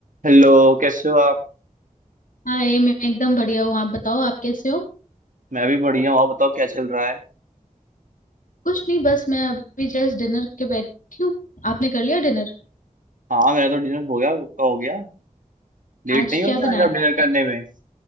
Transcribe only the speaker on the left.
हाँ ये मैं एकदम बढ़िया हूँ आप बताओ आप कैसे हो
कुछ नहीं बस मैं अभी जस्ट डिनर के बैठी हूँ आपने कर लिया डिनर
आज
क्या
बनाया
था
आपने